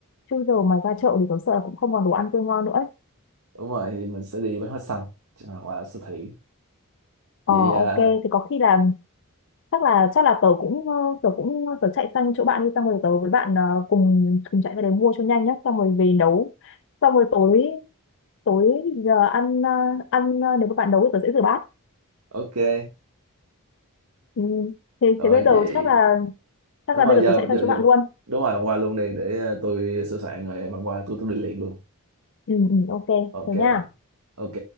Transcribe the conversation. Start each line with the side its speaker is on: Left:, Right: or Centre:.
Left: chứ giờ mà ra chợ thì tớ sợ là cũng không còn đồ ăn tươi ngon nữa ấy.
Right: Đúng rồi thì mình sẽ đi bánh hoa xanh. Chứ mà qua siêu thị.
Left: Ờ
Right: Vậy à,
Left: ok thì có khi là chắc là chắc là tớ cũng ờ, tớ cũng tớ chạy sang chỗ bạn đi xong rồi tớ với bạn ờ, cùng cùng chạy ra đấy mua cho nhanh nhá xong rồi về nấu xong rồi tối tối giờ ăn ờ, ăn ờ, nếu mà bạn nấu thì tớ sẽ rửa bát
Right: ok.
Left: ừ. thế
Right: Rồi
Left: thế bây giờ
Right: vậy
Left: chắc là chắc
Right: đúng
Left: là
Right: rồi
Left: bây giờ
Right: giờ
Left: tớ chạy sang
Right: giờ,
Left: chỗ
Right: giờ
Left: bạn luôn
Right: đúng rồi qua luôn đi để ờ, tôi sửa soạn rồi bạn qua tôi tôi đi liền luôn
Left: ừ, ừ, ok
Right: ok
Left: thế nha
Right: ok